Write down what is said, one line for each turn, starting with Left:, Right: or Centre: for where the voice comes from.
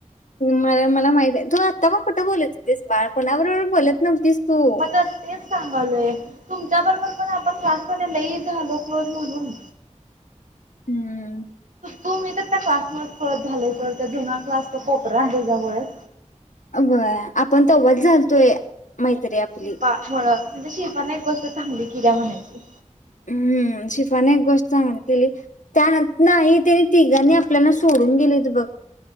Left: मला मला माहित आहे तू आ कोण कुठं बोलत होतीस बाळ कोणा बरोबर बोलत नव्हतीस. तू
Right: मग त तेच सांगालोय. तुमच्या बरोबर पण आपण क्लासमध्येध्ये लई झालो क्लोज म्हणून.
Left: हम्म.
Right: तू्ी तर त्या क्लासमध्ये कळत झाले सर त्या जुना क्लास तर कोप राले जमुळेस.
Left: बरं आपण तेव्हाच झालतोय मैत्री आपली.
Right: शिल्पा मुळ म्हणजे शिल्पाने एक गोष्ट चांगली किल्या्या म्हणायची.
Left: हम्म शिफने एक गोष्ट चांगली केली त्यान नाही त्यानी तिघांनी आपल्याला सोडून गेलेत बघ.